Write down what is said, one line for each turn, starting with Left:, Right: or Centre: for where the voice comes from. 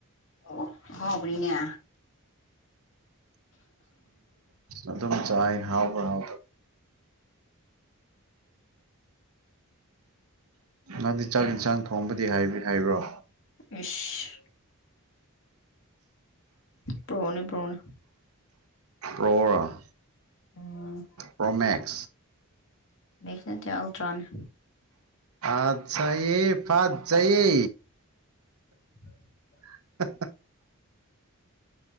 Left: ꯑꯣ ꯑꯕꯅꯤꯅꯦ
Right: ꯑꯗꯨꯝ ꯆꯥꯏ ꯍꯥꯎꯕ ꯍꯥꯎꯗ ꯑꯣ ꯅꯪꯗꯤ ꯆꯥꯛ ꯏꯟꯁꯥꯡ ꯊꯣꯡꯕꯗꯤ ꯍꯥꯏꯕ꯭ꯔꯣ
Left: ꯏꯁ ꯄ꯭ꯔꯣꯅꯦ ꯄ꯭ꯔꯣꯅꯦ
Right: ꯄꯧꯔ
Left: ꯎꯝ
Right: ꯄ꯭ꯔꯣꯃꯦꯛ
Left: ꯃꯦꯛꯁ ꯅꯠꯇꯦ ꯑꯜꯇ꯭ꯔꯅꯦ
Right: ꯑꯠꯆꯥ ꯌꯦ ꯐꯠ ꯆꯌꯦ
Left: <unintelligible>
Right: <unintelligible>